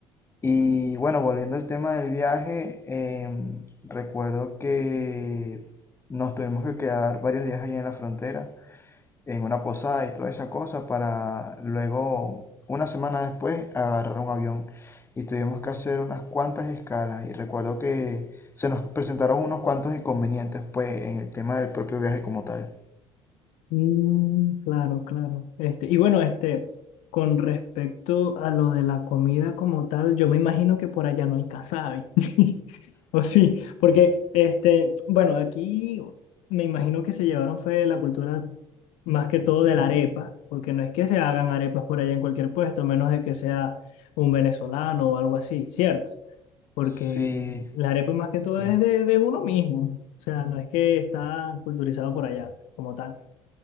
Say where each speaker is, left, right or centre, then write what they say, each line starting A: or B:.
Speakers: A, on the left; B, on the left.
A: Y bueno, volviendo al tema del viaje, em, recuerdo que nos tuvimos que quedar varios días allí en la frontera, en una posada y toda esa cosa, para luego, una semana después, agarrar un avión. Y tuvimos que hacer unas cuantas escalas. Y recuerdo que se nos presentaron unos cuantos inconvenientes, pues, en el tema del propio viaje como tal.
B: Mm, claro, claro. Este, y bueno, este, con respecto a lo de la comida como tal, yo me imagino que por allá no hay casabe. <laughs> O sí, porque este, bueno, aquí me imagino que se llevaron fue la cultura más que todo de la arepa, porque no es que se hagan arepas por allá en cualquier puesto, a menos de que sea un venezolano o algo así, ¿cierto? Porque
A: Sí,
B: la arepa más que
A: sí.
B: todo es de, de uno mismo. O sea, no es que está culturizado por allá pues, como tal.